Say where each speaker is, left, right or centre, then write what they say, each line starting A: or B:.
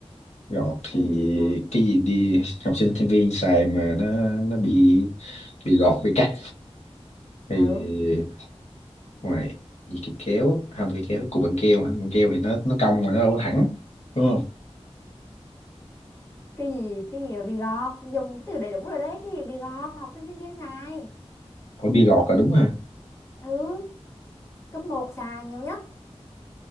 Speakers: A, on the left; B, on the left.
A: gọt thì
B: cái gì bị gọt
A: cái gì đi học sinh sinh viên xài mà nó nó bị bị gọt bị cắt thì
B: ừ
A: ngoài gì cái kéo không cái kéo cục bằng keo hả? bằng keo thì nó nó cong mà nó đâu có thẳng đúng không
B: cái gì cái gì mà bị gọt dùng cái từ đầy đủ rồi đấy cái gì bị gọt mà học sinh sinh viên xài
A: có bia gọt là đúng ha
B: ừ cấp một xài nhiều nhất